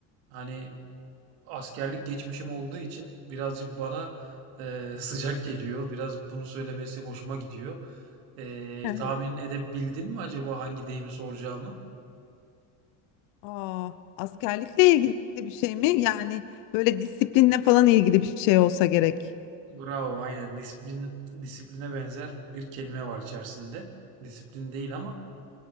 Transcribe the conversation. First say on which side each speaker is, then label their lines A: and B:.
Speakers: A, on the right; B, on the left.
A: hani askerlik geçmişim olduğu için birazcık bana eee, <laughs> sıcak geliyor. Biraz bunu söylemesi hoşuma gidiyor. Eee
B: Hı hı.
A: tahmin edebildin mi acaba hangi deyimi soracağımı?
B: Aa, askerlikle ilgili bir şey mi? Yani böyle disiplinle falan ilgili bir şey olsa gerek.
A: Bravo, aynen. Disiplin, disipline benzer bir kelime var içerisinde. Disiplin değil ama